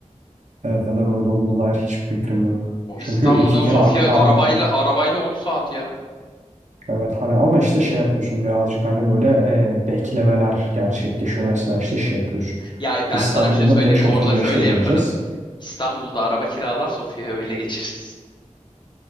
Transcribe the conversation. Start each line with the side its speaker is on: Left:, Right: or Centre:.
Right: Evet neden öyle olduğuna dair hiçbir fikrim yok.
Left: O
Right: Çünkü
Left: İstanbul'dan
Right: iki kere
Left: Sofya
Right: aktarmaya.
Left: arabayla arabayla 10 saat ya.
Right: Evet hani ama işte şey yapıyorsun birazcık hani böyle e, beklemeler gerçekleşiyor. Mesela işte şey yapıyorsun.
Left: Ya ben
Right: İstanbul'da
Left: sana bir şey söyleyeyim
Right: 5.35'te
Left: mi? Orada şöyle
Right: bineceğiz.
Left: yaparız. İstanbul'da araba kiralar Sofya'ya öyle geçeriz. <laughs>